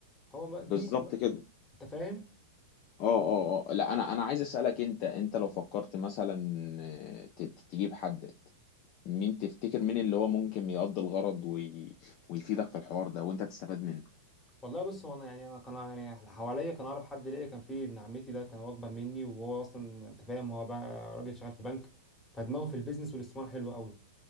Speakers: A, on the left (about 15°); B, on the left (about 45°).
A: هو
B: بالظبط
A: بقى- دي
B: كده
A: انت فاهم
B: اه اه اه لا انا انا عايز اسألك انت انت لو فكرت مثلا آه، ت- ت- تجيب حد مين تفتكر مين اللي هو ممكن يقضي الغرض وي... ويفيدك في الحوار ده وانت تستفاد منه
A: والله بص هو انا يعني انا كان يعني اللي حواليا كان اقرب حد ليا كان في ابن عمتي ده كان هو اكبر مني وهو اصلا انت فاهم هو بقى راجل شغال في بنك فدماغه في البيزنس والاستثمار حلو قوي